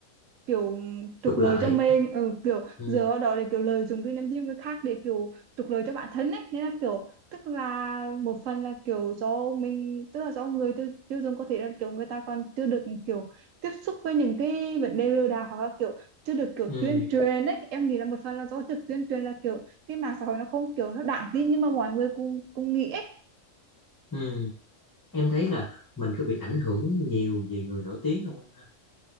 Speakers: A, on the right (about 80°); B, on the left (about 20°).
A: kiểu trục
B: trục
A: lợi
B: lợi
A: cho mình ừ, kiểu
B: ừ
A: dựa vào đó để kiểu lợi dụng cái niềm tin của người khác để kiểu trục lợi cho bản thân ấy nên là kiểu tức là một phần là kiểu do mình tức là do người tiêu, tiêu dùng có thể là kiểu người ta còn chưa được kiểu tiếp xúc với những cái vấn đề lừa đảo hoặc là kiểu chưa được kiểu
B: ừ
A: tuyên truyền ấy em nghĩ là một phần là do trực tuyên truyền là kiểu cái mạng xã hội nó không kiểu nó đáng tin nhưng mà mọi người cũng cũng nghĩ ấy
B: ừ em thấy là mình có bị ảnh hưởng nhiều về người nổi tiếng không em ha